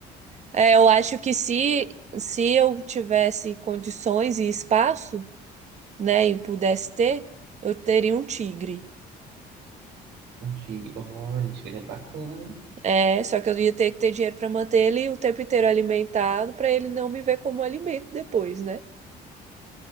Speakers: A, on the right; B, on the right.
A: É, eu acho que se, se eu tivesse condições e espaço, né, e pudesse ter, eu teria um tigre.
B: Um tigre. Olha, tigre é bacana, hein?
A: É, só que eu ia ter que ter dinheiro para manter ele o tempo inteiro alimentado, para ele não me ver como alimento depois, né?